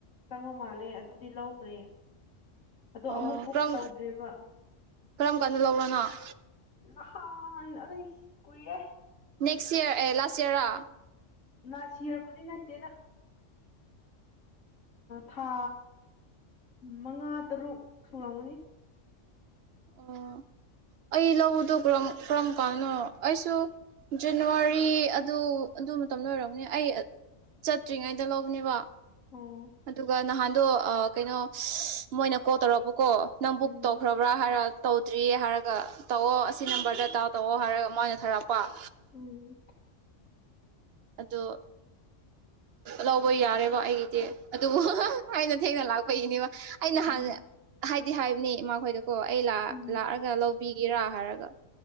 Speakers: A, on the left; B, on the right.
A: ꯆꯥꯡꯕ ꯃꯥꯜꯂꯦ ꯑꯗꯨꯗꯤ ꯂꯧꯈ꯭ꯔꯦ꯫ ꯑꯗꯣ
B: ꯑꯣ
A: ꯑꯃꯨꯛ ꯕꯨꯛ
B: ꯀꯔꯝ
A: ꯇꯧꯗ꯭ꯔꯤꯕ꯫
B: ꯀꯔꯝ ꯀꯥꯟꯗ ꯂꯧꯔꯅꯣ ꯫
A: ꯅꯍꯥꯟ ꯑꯗꯨꯗꯩ ꯀꯨꯏꯔꯦ꯫
B: ꯅꯦꯛꯁ ꯏꯔ ꯑꯦ ꯂꯥꯁ ꯏꯌꯥꯔꯥ꯫
A: ꯂꯥꯁ ꯌꯔꯕꯨꯗꯤ ꯅꯠꯇꯦꯗ꯫ ꯊꯥ ꯃꯉꯥ ꯇꯔꯨꯛ ꯁꯨꯔꯝꯒꯅꯤ꯫
B: ꯑꯣ ꯑꯩ ꯂꯧꯕꯗꯣ ꯀꯔꯝ ꯀꯔꯝ ꯀꯥꯟꯅꯣ ꯑꯩꯁꯨ ꯖꯅꯋꯥꯔꯤ ꯑꯗꯨ ꯑꯗꯨ ꯃꯇꯝꯗꯣꯏꯔꯕꯅꯤ ꯑꯩ ꯆꯠꯇ꯭ꯔꯤꯉꯩꯗ ꯂꯧꯕꯅꯦꯕ꯫
A: ꯑꯣ
B: ꯑꯗꯨꯒ ꯅꯍꯥꯟ꯫ ꯑꯗꯣ ꯀꯩꯅꯣ ꯃꯣꯏꯅ ꯀꯣꯜ ꯇꯧꯔꯛ꯫ ꯀꯣ ꯅꯪ ꯕꯨꯛ
A: ꯎꯝ
B: ꯇꯧꯈ꯭ꯔꯕ꯭ꯔꯥ ꯍꯥꯏꯔ꯫ ꯇꯧꯗ꯭ꯔꯤꯌꯦ ꯍꯥꯏꯔꯒ ꯇꯧꯑꯣ ꯑꯁꯤ ꯅꯝꯕꯔꯗꯗꯥꯎ ꯇꯧꯑꯣ ꯍꯥꯏꯔꯒ ꯃꯣꯏꯅ ꯊꯥꯔꯛꯄ꯫
A: ꯎꯝ꯫
B: ꯑꯣ ꯂꯧꯕ ꯌꯥꯔꯦꯕ ꯑꯩꯒꯤꯗꯤ ꯑꯗꯨꯕꯨ꯫ ꯑꯩꯅ ꯊꯦꯡꯅ ꯂꯥꯛꯄꯒꯤꯅꯦꯕ ꯑꯩꯅ
A: ꯎꯝ
B: ꯍꯥꯟꯅ ꯍꯥꯏꯗꯤ꯫ ꯍꯥꯏꯕꯅꯤ ꯃꯣꯏꯗ꯫ ꯀꯣ ꯑꯩ ꯂ
A: ꯎꯝ
B: ꯂꯥꯛꯑꯒ꯫ ꯄꯤꯒꯦꯔꯥ ꯍꯥꯏꯔꯒ꯫